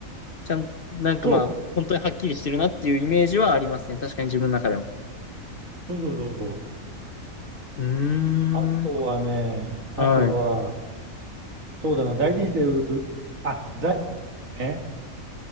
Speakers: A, on the left (about 45°); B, on the right (about 65°).
A: ちゃん、なんかまあ、
B: そう。
A: 本当にはっきりしてるなっていうイメージはありますね。確かに自分の中でも。
B: そうそうそうそう。
A: うーん。
B: あとはね、あとは、
A: はい。
B: そうだな、大事にしてる、あ、座右ね。